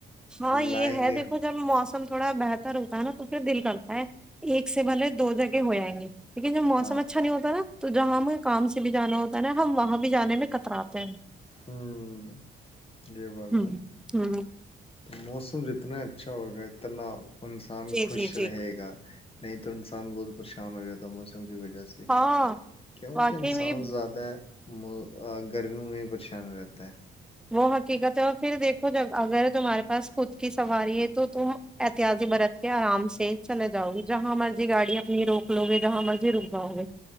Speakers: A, in the centre; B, on the left.
A: ہاں یہ
B: لائیں
A: ہے
B: گے
A: دیکھو
B: ہم
A: جب مو تھوڑا بہتر ہوتا ہے نا تو پھر دل کرتا ہے ایک سے ملے دو جگہ ہو جائے گ جی لیکن جو موسم
B: ہاں
A: اچھا نہیں ہوتا نا تو جہاں ہمیں کام سے بھی جانا ہوتا ہے نا ہم وہاں بھی جانے میں کتراتے ہیں
B: ہوں یہ بات
A: ہوں
B: ہے
A: ہوں
B: موسم جتنا اچھا ہوگا اتنا انسان
A: جی
B: خوش
A: جی جی
B: رہے گا نہیں تو انسان بت پریشان ہو جاتا تھا موسم کی وجہ
A: ہاں
B: کیونکہ
A: واقعی
B: انسان
A: میں
B: زیادہ م گرمی ہو میں پ ان رہتا ہے
A: وہ حقیقت ہے اور پھر دیکھو ج اگر تمہارے پاس خود کی سواری ہے تو تم احتیاتی برت کے آرام سے چلے جاؤ گی جہاں مرضی گاڑی اپنی روک لو گے جہاں مرضی رک جاؤ گے